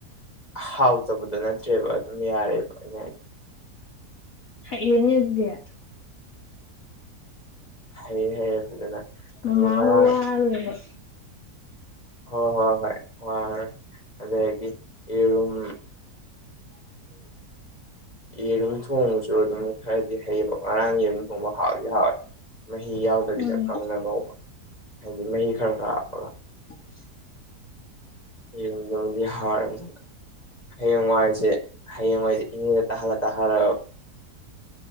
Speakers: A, on the left; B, on the left.
A: ꯍꯥꯎꯇꯕꯗ ꯅꯠꯇ꯭ꯔꯦꯕ ꯑꯗꯨꯝ ꯌꯥꯔꯦꯕ ꯑꯩꯅ ꯍꯥꯏꯗ
B: ꯍꯩꯔꯅ‌ꯦ ꯑꯗꯨꯗ
A: ꯍꯌꯦ ꯍꯌꯦ ꯐꯖꯅ
B: ꯃꯥꯃ
A: ꯑꯗꯨꯒ
B: ꯍꯥꯏ
A: ꯉꯔꯥꯡ
B: ꯋꯔꯔꫭꯏꯕ
A: ꯍꯣꯏ ꯍꯣꯏ ꯍꯣꯏ ꯋꯥꯔꯦ ꯑꯗꯨꯗꯒꯤ ꯌꯦꯔꯨꯝ ꯌꯦꯔꯨꯝ ꯊꯣꯡꯕꯁꯨ ꯑꯗꯨꯝ ꯈꯔꯗꯤ ꯍꯩꯔꯣ ꯉꯔꯥꯡ ꯌꯦꯔꯨꯝ ꯉ ꯍꯥꯥꯎꯗꯤ ꯍꯥꯎꯋꯦ ꯃꯍꯤ ꯌꯥꯎꯗꯕꯤꯗ
B: ꯎꯝ
A: ꯀꯪꯅ ꯉꯧꯕ ꯍꯥꯏꯗꯤ ꯃꯍꯤ ꯈꯔ ꯈꯔ
B: <inaudible>
A: ꯌꯦꯔꯨꯝꯗꯒꯤ ꯍꯔꯕꯔꯕꯁꯤꯅ ꯍꯌꯦꯡꯋꯥꯏꯁꯦ ꯍꯌꯦꯡꯋꯥꯏꯁꯦ ꯏꯉ ꯇꯂ ꯇꯍꯔ